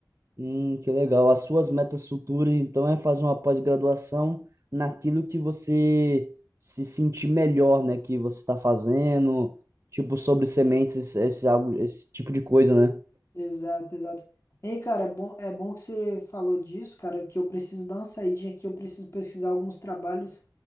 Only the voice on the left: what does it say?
Exato, exato. Hein, cara, é bom, é bom que você falou disso, cara, que eu preciso dar uma saidinha aqui, eu preciso pesquisar alguns trabalhos